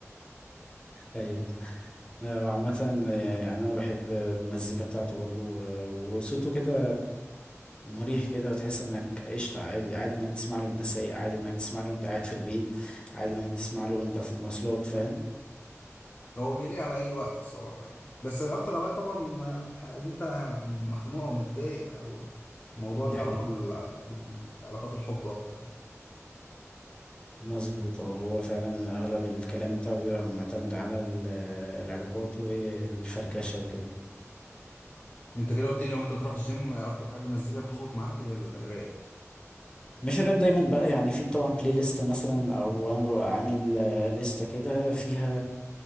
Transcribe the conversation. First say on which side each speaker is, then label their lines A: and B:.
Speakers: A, on the left; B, on the left.
A: ايوه آه، وعامة آه، يعني أنا بحب المزيكا بتاعته برضو و- وصوته كده مريح كده وتحس إنك قشطة عادي عادي إنك تسمع له وأنت سايق عادي إنك تسمع له وأنت قاعد في البيت عادي إنك تسمع له وأنت في المواصلات فاهم
B: <laughs> هو بيليق على اي وقت الصراحة يعني بس اكتر اوقات طبعا الح- اللي انت مخنوق او متضايق او موضوع
A: دي
B: ليه
A: حقيقة
B: علاقة بال... بالعلاقات الحب اكتر يعني
A: مظبوط اه هو فعلا أغلب الكلام بتاعه بيبقى معتمد على ال- العلاقات والفركشة وكده
B: انت كده قلت لي لو انت بتروح الجيم اكتر حاجة مزيكا بتظبط معاك هي الراب
A: مش الراب دايما بقى يعني في طبعا بلاي ليست مثلا او انا ببقى عامل آه، لستة كده فيها